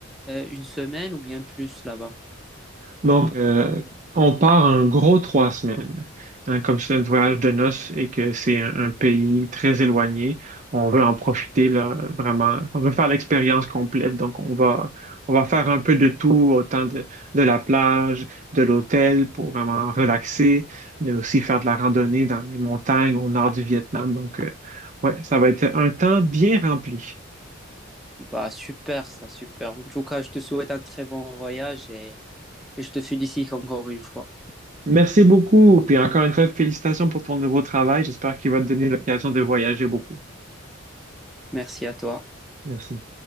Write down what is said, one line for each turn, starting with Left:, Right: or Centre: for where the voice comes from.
Centre: euh, euh, une semaine ou bien plus là-bas?
Right: Donc, euh, on part un gros trois semaines. Hein, comme c'est un voyage de noces et que c'est un, un pays très éloigné, on veut en profiter là, vraiment. On veut faire l'expérience complète. Donc, on va, on va faire un peu de tout, autant de, de la plage, de l'hôtel pour vraiment relaxer, mais aussi faire de la randonnée dans les montagnes au nord du Vietnam. Donc, euh, ouais, ça va être un temps bien rempli.
Centre: Bah, super, ça, super. En tout cas, je te souhaite un très bon voyage et et je te félicite encore une fois.
Right: Merci beaucoup. Puis encore une fois, félicitations pour ton nouveau travail. J'espère qu'il va te donner l'occasion de voyager beaucoup.
Centre: Merci à toi.
Right: Merci.